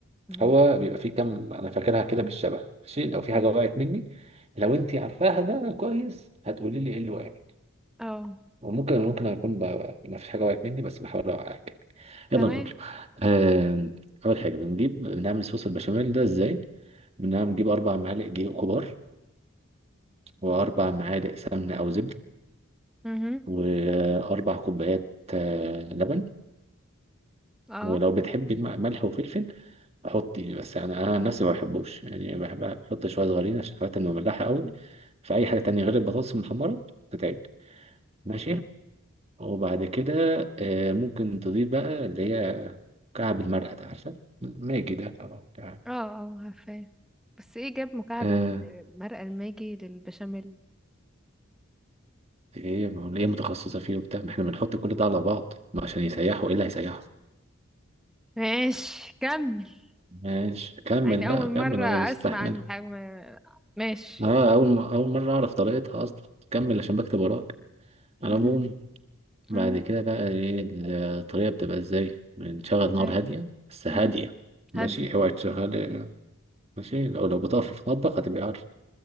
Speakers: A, in the centre; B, on the right.
A: مم.
B: هو بيبقى فيه كام انا فاكرها كده بالشبه ماشي لو في
A: مم.
B: حاجه وقعت مني لو انت عارفاها ده كويس هتقولي لي ايه اللي وقعت
A: اه
B: وممكن ممكن اكون ب... ما فيش حاجه وقعت مني بس بحاول اوقعك
A: تمام
B: يلا نقول آم، اول حاجه بنجيب بنعمل صوص البشاميل ده ازاي بنجيب اربع معالق دقيق كبار واربع معالق سمنه او زبده
A: مهم.
B: واربع كوبايات آه، لبن
A: اه
B: ولو بتحبي م- ملح وفلفل احط يعني، بس يعني انا عن نفسي ما بحبوش يعني بحب احط شويه صغيرين عشان خاطر انه مملحه قوي فاي حاجه تانية غير البطاطس المحمره تتعب ماشي
A: مم.
B: وبعد كده آه، ممكن تضيف بقى اللي هي كعب المرقه ده عارفه ماجي ده طبعا كعب
A: اه اه عارفاه بس ايه جاب مكعب
B: آه
A: مرقة الماجي للبشاميل
B: ايه ما هو ليه متخصصه فيه وبتاع ما احنا بنحط كل ده على بعض ما عشان يسيحوا ايه اللي هيسيحوا
A: ماشي كمل
B: ماشي كمل
A: يعني
B: بقى
A: اول مرة
B: كمل انا
A: اسمع
B: مستحمله
A: عن الحجم ماشي
B: اه اول م... اول مره اعرف طريقتها اصلا كمل عشان بكتب وراك على
A: <laughs> مم.
B: العموم بعد
A: مم.
B: كده بقى ايه الطريقة بتبقى ازاي بنشغل نار
A: أي.
B: هادية بس هادية
A: مم.
B: ماشي
A: هادية
B: اوعي تشغل ماشي لو لو بتقف في المطبخ هتبقى عارف